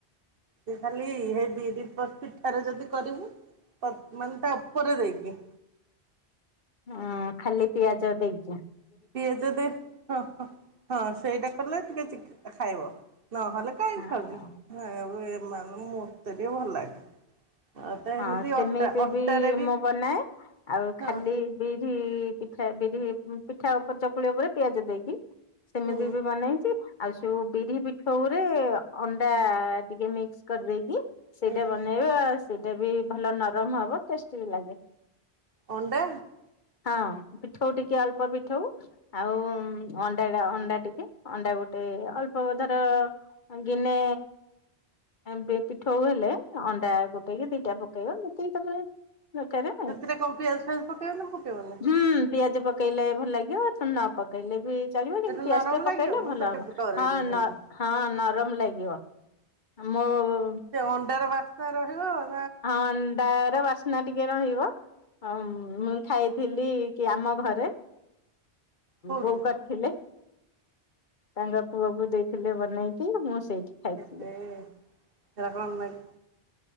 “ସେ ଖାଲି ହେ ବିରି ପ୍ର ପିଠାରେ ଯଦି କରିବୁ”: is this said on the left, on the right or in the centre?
Right